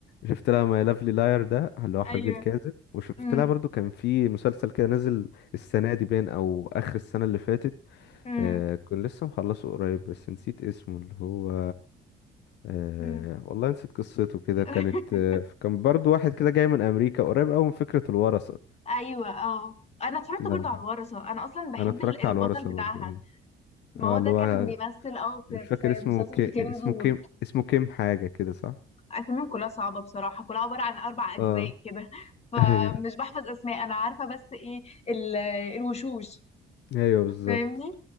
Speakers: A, on the left; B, on the left.
A: شفت لها ماي لافلي لاير ده اللي
B: <laughs>
A: هو حبيبي
B: ايوه
A: الكاذب وشفت
B: امم
A: لها برضو كان في مسلسل كده نزل السنة دي باين أو آخر السنة اللي فاتت
B: امم
A: آه كنت لسه مخلصه قريب بس نسيت اسمه اللي هو آه
B: امم
A: والله نسيت قصته كده
B: <laughs>
A: كانت آه كان برضو واحد كده جاي من أمريكا قريب أوي من فكرة الورثة
B: ايوه اه انا اتفرجت
A: لا
B: برضو على الورثه انا اصلا بحب
A: أنا اتفرجت
B: ال- البطل
A: على الورثة
B: بتاعها
A: برضو
B: ما
A: اه
B: هو
A: اللي
B: ده
A: هو
B: كان بيمثل اه في
A: مش
B: في
A: فاكر اسمه
B: مسلسل
A: كي
B: في كان
A: اسمه
B: زور
A: كيم اسمه كيم حاجة كده صح؟
B: اساميهم كلها صعبه بصراحه كلها عباره عن اربع اجزاء
A: اه
B: كده فمش
A: <laughs> ايوه
B: بحفظ اسماء انا عارفه بس ايه ال- الوشوش
A: ايوه بالظبط
B: فاهمني